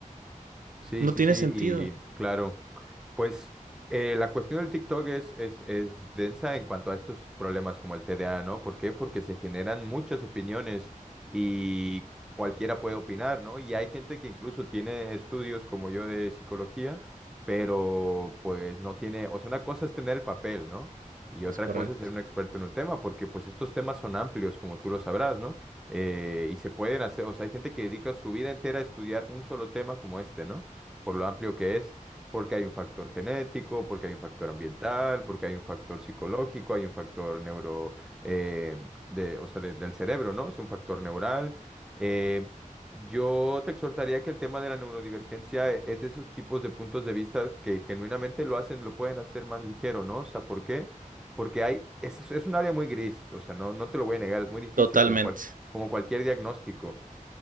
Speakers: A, in the centre; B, on the right.
A: Sí,
B: No
A: sí,
B: tiene
A: sí,
B: sentido.
A: y claro, pues eh, la cuestión del TikTok es, es, es densa en cuanto a estos problemas como el TDA, ¿no? ¿Por qué? Porque se generan muchas opiniones y cualquiera puede opinar, ¿no? Y hay gente que incluso tiene estudios como yo de psicología, pero pues no tiene, o sea, una cosa es tener el papel, ¿no? Y otra
B: Es correcto.
A: cosa es ser un experto en un tema, porque pues estos temas son amplios, como tú lo sabrás, ¿no? Eh, y se pueden hacer, o sea, hay gente que dedica su vida entera a estudiar un solo tema como este, ¿no? por lo amplio que es, porque hay un factor genético, porque hay un factor ambiental, porque hay un factor psicológico, hay un factor neuro, eh, de, o sea, de- del cerebro, ¿no? Es un factor neural. Eh, yo te exhortaría que el tema de la neurodivergencia e- es de esos tipos de puntos de vista que genuinamente lo hacen, lo pueden hacer más ligero, ¿no? O sea, ¿por qué? Porque hay, es, es un área muy gris, o sea, no, no te lo voy a negar, es muy difícil,
B: Totalmente.
A: como, cual- como cualquier diagnóstico